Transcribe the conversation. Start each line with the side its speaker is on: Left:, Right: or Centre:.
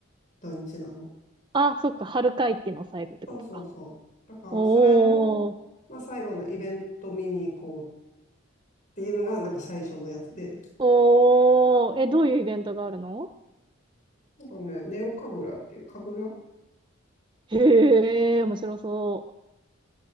Left: 土日なの。
Right: あ、そっか。春会期の最後ってことか。
Left: そうそうそう。だから、
Right: おー。
Left: それの、まあ、最後のイベント見に行こうっていうのが、なんか最初のやつで。
Right: おー。え、どういうイベントがあるの
Left: なんかね、ネオ神楽っていう神楽。
Right: へえ、面白そう。